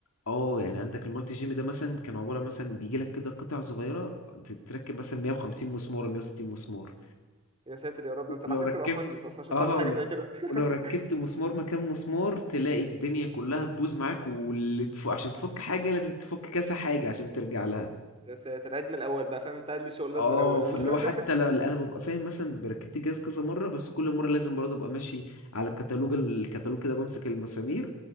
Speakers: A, on the left (about 80°); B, on the right (about 25°).
A: اه يعني عندك المالتي جيم ده مثلا كان عباره مثلا بيجي لك كده قطع صغيره تتركب مثلا 150 مسمار 160 مسمار
B: يا ساتر يا رب ده انت
A: ولو
B: محتاج
A: ركبت
B: تبقى مهندس اصلا عشان
A: اه
B: تعمل حاجه
A: لو
B: زي كده <laughs>
A: ولو ركبت مسمار مكان مسمار تلاقي الدنيا كلها تبوظ معاك واللي تفك عشان تفك حاجه لازم تفك كذا حاجه عشان ترجع لها
B: يا ساتر عيد من الاول بقى فاهم انت قاعد لي شغلنا
A: اه
B: الاول يلا
A: فاللي هو حتى
B: <laughs>
A: لو انا ببقى فاهم مثلا بركبت الجهاز كذا مره بس كل مره لازم برضه ابقى ماشي على الكتالوج الكتالوج كده بمسك المسامير